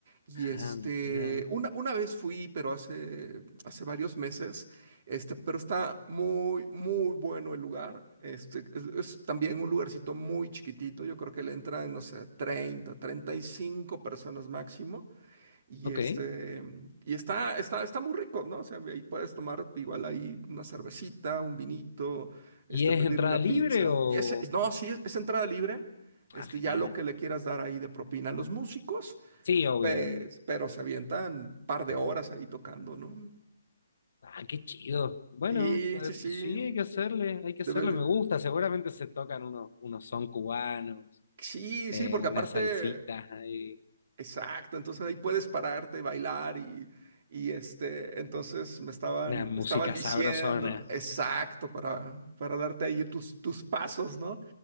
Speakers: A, on the right; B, on the left.
A: Y
B: Ah,
A: este,
B: mira.
A: una, una vez fui, pero hace, hace varios meses, este, pero está muy, muy bueno el lugar. Este, es, es también un lugarcito muy chiquitito, yo creo que le entran, no sé, treinta, treinta y cinco personas máximo. Y
B: Ok.
A: este, mm, y está, está, está muy rico, ¿no? O sea, ahí puedes tomar igual ahí una cervecita, un vinito, este,
B: ¿Y es
A: pedir
B: entrada
A: una
B: libre
A: pizza.
B: o...?
A: Y ese- no, sí, es, es entrada libre. Este,
B: Ah, genial.
A: ya lo que le quieras dar ahí de propina a los músicos,
B: Sí, obvio,
A: pues,
B: obvio.
A: pero se avientan par de horas ahí tocando, ¿no?
B: Ah, qué chido. Bueno,
A: Sí,
B: eh,
A: sí, sí.
B: sí, hay que hacerle, hay que hacerle,
A: Debe de-
B: me gusta. Seguramente se tocan unos, unos son cubanos,
A: Sí,
B: eh,
A: sí, porque
B: unas
A: aparte
B: salsitas ahí.
A: Exacto, entonces ahí puedes pararte, bailar y, y este, entonces me estaban,
B: Una música
A: me estaban diciendo,
B: sabrosona.
A: exacto, para, para darte ahí tus, tus pasos, ¿no?